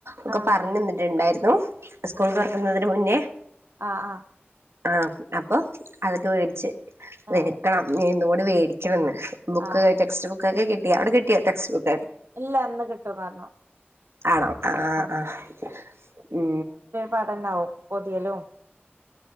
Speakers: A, on the right; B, on the right.
A: ഒക്കെ
B: ആ
A: പറഞ്ഞു തന്നിട്ടുണ്ടായിരുന്നു സ്കൂൾ തുറക്കുന്നതിന് മുന്നേ.
B: ആഹ്‌ ആഹ്‌
A: ആഹ്‌ അപ്പൊ അതൊക്കെ മേടിച്ച് വക്കണം
B: ഏ
A: ഇന്നുകൂടി മേടിക്കണന്ന്. ബുക്ക്
B: ആ
A: ടെക്സ്റ്റ് ബുകൊ കെ കിട്ടി അവിടെ കിട്ടിയോ ടെക്സ് ബുക്ക്?
B: ഇല്ല ഇന്ന് കിട്ടും പറഞ്ഞു.
A: ആണോ ആഹ്‌
B: ആ
A: ആഹ്‌ ആഹ്‌ ഉ
B: പാടന്നാവും പൊതിയലു.